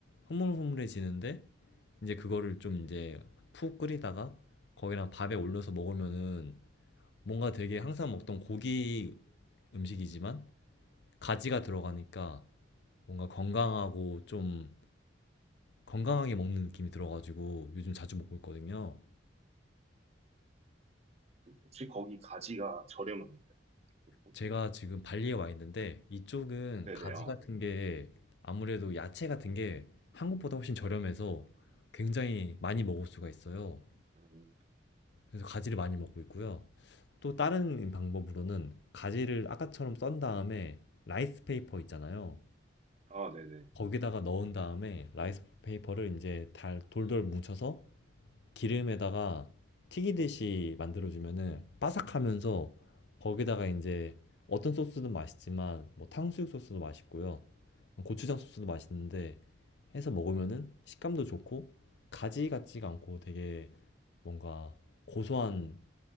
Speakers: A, on the left; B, on the right.
A: 흐물흐물해지는데 이제 그거를 좀 이제 푹 끓이다가 거기랑 밥에 올려서 먹으면은 뭔가 되게 항상 먹던 고기 음식이지만 가지가 들어가니까 뭔가 건강하고 좀 건강하게 먹는 느낌이 들어가지고 요즘 자주 먹고 있거든요.
B: 그 혹시 거기 가지가 저렴한가요? 보통?
A: 제가 지금 발리에 와 있는데 이쪽은
B: 네네.
A: 가지
B: 아,
A: 같은
B: 네.
A: 게 아무래도 야채 같은 게 한국보다 훨씬 저렴해서 굉장히 많이 먹을 수가 있어요.
B: 음,
A: 그래서 가지를 많이 먹고 있고요. 또 다른
B: 네.
A: 방법으로는 가지를 아까처럼 썬 다음에 라이스 페이퍼 있잖아요.
B: 아, 네네.
A: 거기다가 넣은 다음에 라이스 페이퍼를 이제 달, 돌돌 뭉쳐서 기름에다가 튀기듯이 만들어주면은 바삭하면서 거기다가 이제 어떤 소스든 맛있지만 뭐 탕수육 소스도 맛있고요. 고추장 소스도 맛있는데 해서 먹으면은 식감도 좋고 가지 같지가 않고 되게 뭔가 고소한